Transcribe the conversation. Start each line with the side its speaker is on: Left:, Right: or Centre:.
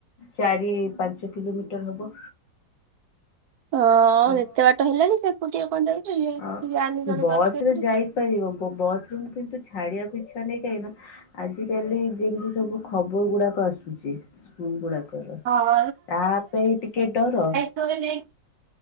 Left: ଚାରି ପାଞ୍ଚ କିଲୋମିଟର ହବ
Right: ହଁ
Left: ତ
Right: ଏତେ ବାଟ ହେଲାଣି ସେ ଏକୁଟିଆ କଣ ଯାଉଛନ୍ତି
Left: ଅ
Right: ମାନି ଜଣେ
Left: ବସରେ
Right: ଦର
Left: ବ ବସରୁମ୍ କିନ୍ତୁ ଛାଡିବାକୁ ଇଚ୍ଛା ନାହିଁ କାହିଁକ ନା ଆଜି କାଲି ଯେମିତି ସବୁ ଖବର ଗୁଡାକ ଆସୁଛି ସ୍କୁଲ ଗୁଡାକର
Right: ହଁ
Left: ତା ପାଇଁ ଟିକେ ଡର
Right: ତ ନେଇ